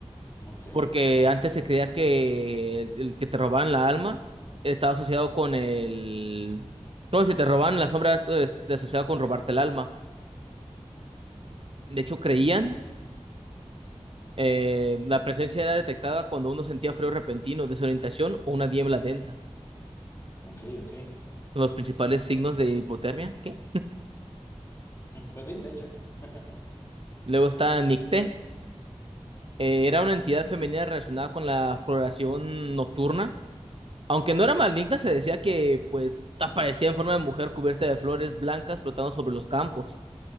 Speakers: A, on the left; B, on the right.
A: Ok,
B: Porque antes se creía que el, el que te robaban la alma estaba asociado con el... No, si te robaban la sombra eh, se asociaba con robarte el alma. De hecho, creían, eh, la presencia era detectada cuando uno sentía frío repentino, desorientación o una niebla densa.
A: ok, ok.
B: Los principales signos de hipotermia, ¿qué?
A: <laughs> Pues sí, de hecho. <laughs>
B: Luego está Nicté. Eh, era una entidad femenina relacionada con la floración nocturna. Aunque no era maligna, se decía que pues aparecía en forma de mujer cubierta de flores blancas flotando sobre los campos.